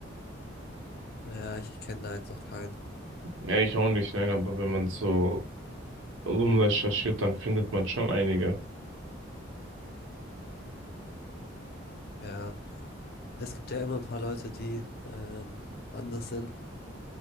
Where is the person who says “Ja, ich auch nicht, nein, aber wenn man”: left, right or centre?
Right